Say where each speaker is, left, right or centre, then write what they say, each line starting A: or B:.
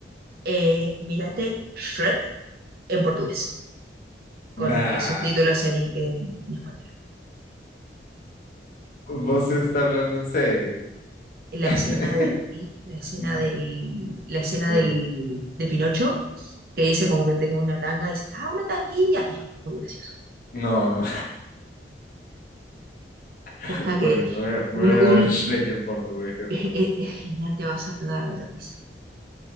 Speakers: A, on the right; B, on the left.
A: Eh, mírate Shrek en portugués, con
B: Nah,
A: los subtítulos en, in- en, en español.
B: vos está hablando en serio.
A: La
B: <laughs>
A: escena del, y la escena
B: No,
A: del, la escena
B: bueno,
A: del, de Pinocho, que dice como que tengo una tanga, y dice, ah, una tanguilla, y es muy gracioso.
B: no, no. <laughs>
A: Hasta que
B: Bueno, me voy a, me
A: un,
B: voy a
A: un
B: ver Shrek en portugués entonces.
A: es, es- es genial, te vas a cagar de la risa.